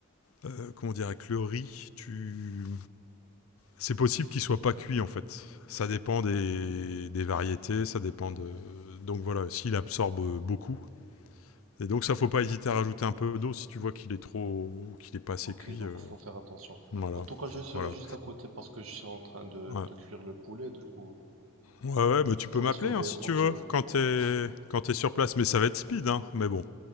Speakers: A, on the left; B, on the right.
A: euh, comment dire, avec le riz, tu... C'est possible qu'il soit pas cuit en fait. Ça dépend des, des variétés, ça dépend de... Donc voilà, s'il absorbe euh, beaucoup. Et donc ça, faut pas hésiter à rajouter un peu d'eau si tu vois qu'il est trop... qu'il est pas assez
B: ok,
A: cuit.
B: donc
A: euh,
B: faut faire attention.
A: Voilà.
B: En tout cas, je serai
A: Voilà.
B: juste à côté parce que je suis en train de,
A: Ouais.
B: de cuire le poulet, du coup.
A: Ouais, ouais, bah tu
B: Je pourrais
A: peux m'appeler
B: surveiller
A: hein, si
B: tranquillement.
A: tu veux, quand t'es quand t'es sur place, mais ça va être speed, hein. Mais bon,